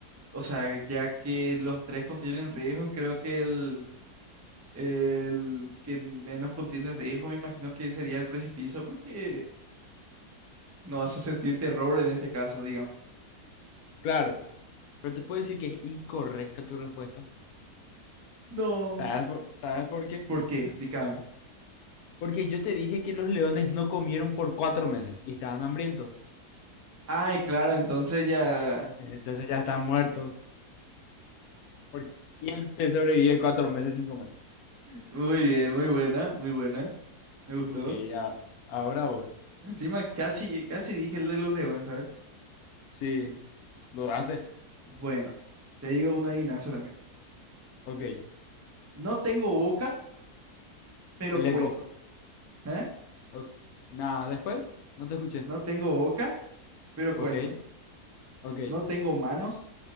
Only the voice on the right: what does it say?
o sea, ya que los tres contienen riesgos, creo que el, el que menos contiene riesgo, me imagino que sería el precipicio, porque no vas a sentir terror en este caso, digamos.
No.
¿Por qué? Explícame.
Ay, claro, entonces ya.
Muy bien, muy buena, muy buena. Me gustó.
Encima casi, casi dije el de los leones, ¿sabes?
Bueno, te digo una adivinanza también.
No tengo boca, pero
cuento. ¿eh?
No tengo boca, pero cuento.
No tengo manos,